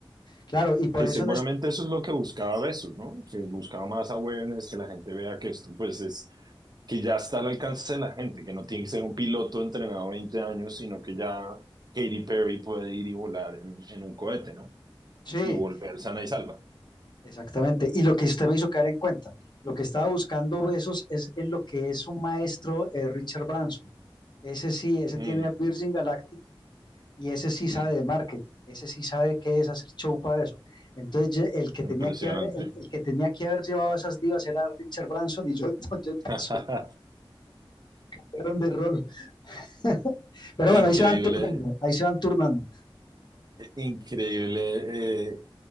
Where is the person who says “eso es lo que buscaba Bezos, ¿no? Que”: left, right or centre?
Right